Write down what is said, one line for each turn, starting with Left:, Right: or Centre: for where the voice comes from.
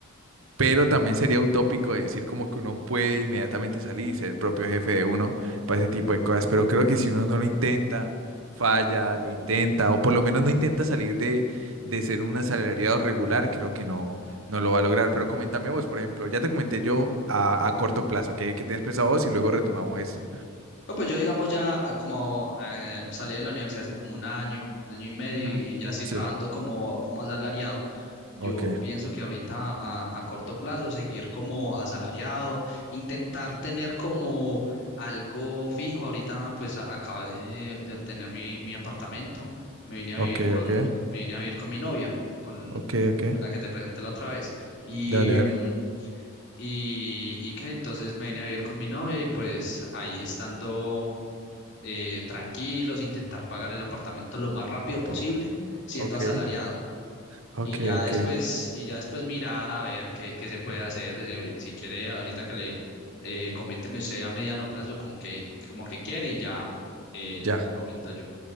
Right: Pero también sería utópico decir como que uno puede inmediatamente salir y ser el propio jefe de uno para ese tipo de cosas. Pero creo que si uno no lo intenta, falla, lo intenta, o por lo menos no intenta salir de, de ser un asalariado regular, creo que no, no lo va a lograr. Pero coméntame vos, por ejemplo, ya te comenté yo a, a corto plazo, ¿qué, qué tienes pensado vos? Y luego retomamos esto.
Left: No, pues yo digamos ya ah, como eh, salí de la universidad hace como un año, un año y medio
Right: Ujú.
Left: y ya estoy
Right: Sí,
Left: trabajando como, como asalariado. Yo
Right: ok,
Left: pienso que ahorita a, a corto plazo seguir como asalariado, intentar tener como algo fijo. Ahorita pues a- acabé de, de obtener mi, mi apartamento, me vine a
Right: ok,
Left: vivir con,
Right: ok,
Left: me vine a vivir con mi novia, con
Right: ok, ok,
Left: la que te presenté la otra vez. Y,
Right: dale, dale,
Left: mm, y, y que entonces me vine a vivir con mi novia y pues ahí estando eh, tranquilos, intentar pagar el apartamento lo más rápido posible, siendo
Right: ok,
Left: asalariado.
Right: ok,
Left: Y ya
Right: ok,
Left: después, y ya después mirar a ver qué, qué se puede hacer. Si, ahori- si quiere, ahorita que le eh, coménteme usted a mediano plazo como que, como que quiere y ya eh,
Right: ya.
Left: le comento yo.